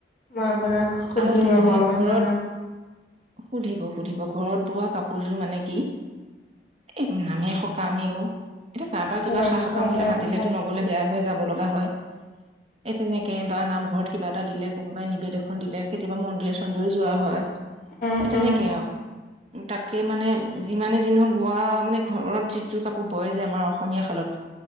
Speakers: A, on the left (about 50°); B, on the right (about 35°).
A: মই আপোনাক সুধিম
B: আৰু কি
A: ৰব,
B: জানে
A: মই
B: ঘৰত
A: জনাম।
B: সুধিব সুধিব, ঘৰত বোৱা কাপোৰযোৰ মানে কি? এ' নামে সকামে অ' এ' কাৰোবাৰ
A: হয়
B: কিবা সা -সকাম
A: হয়
B: হলে
A: হয়
B: মাতিলেতো
A: হয়
B: নগলে বেয়া হৈ, যাব লগা হয়। এই তেনেকে বা নামঘৰত কিবা এটা দিলে, কোনোবাই নিবেদ এখন দিলে, কেতিয়াবা মন্দিৰ চন্দিৰেও যোৱা হয়। এই
A: উম
B: তেনেকে
A: উম
B: আৰু। তাকেই মানে, যিমানে যি নহওঁক। বোৱা মানে ঘৰত যিযো কাপোৰ বই যে, আমাৰ অসমীয়া শালত।